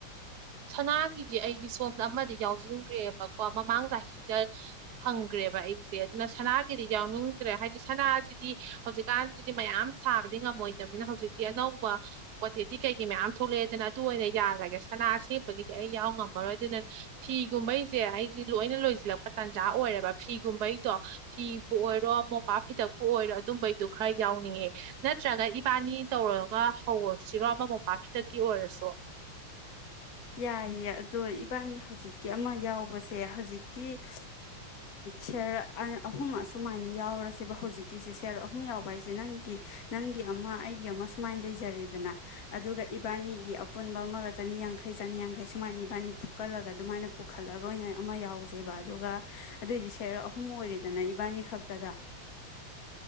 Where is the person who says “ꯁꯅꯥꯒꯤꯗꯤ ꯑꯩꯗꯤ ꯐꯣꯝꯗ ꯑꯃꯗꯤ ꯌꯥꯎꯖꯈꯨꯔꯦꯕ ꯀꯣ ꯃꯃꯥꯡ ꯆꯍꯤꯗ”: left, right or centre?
Right